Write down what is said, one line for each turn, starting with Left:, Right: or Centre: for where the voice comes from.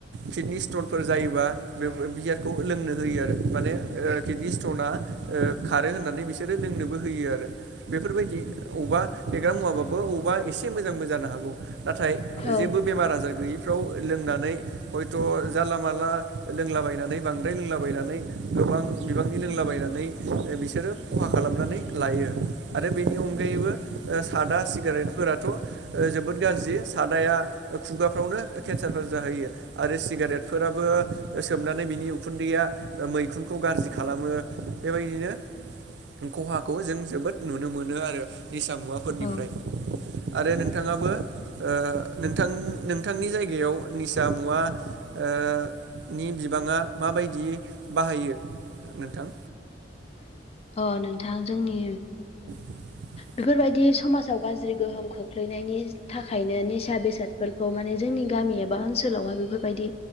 Right: किडनि स्टनफोर जायोबा बे बियारखौ लोंनो होयो आरो माने अ कित नि स्टना अ खारो होननानै बिसोरो लोंनोबो होयो आरो बेफोरबायदि अबा फेग्रा मुवाबाबो अबा एसे मोजांबो जानो हागौ नाथाय
Left: औ
Right: जेबो बेमार आजार गैयिफ्राव लोंनानै हयथ' जानला माला लोंलाबायनानै बांद्राय लोंलाबायनानै गोबां बिबांनि लोंलाबायनानै बिसोरो खहा खालामनानै लायो आरो बेनि अनगायैबो सादा सिगारेटफोराथ' जोबोद गाज्रि सादाया खुगाफ्रावनो केन्सारफोर जाहैयो आरो सिगारेटफोराबो सोमनानै बिनि उखुन्दैया मैखुनखौ गाज्रि खालामो बेबायदिनो खहाखौ जों जोबोद नुनो मोनो आरो निसा मुवाफोरनिफ्राय
Left: औ
Right: आरो नोंथाङाबो अ नोंथां नोंथांनि जायगा गायाव निसा मुवा अ नि बिबाङा माबायदि बाहायो नोंथां
Left: अ नोंथां जोंनि
Right: <unintelligible>
Left: बेफोरबायदि समाजाव गाज्रि गोहोम खोख्लैनायनि थाखायनो निसा बेसादफोरखौ माने जोंनि गामि एबा ओनसोलावहाय बेफोरबायदि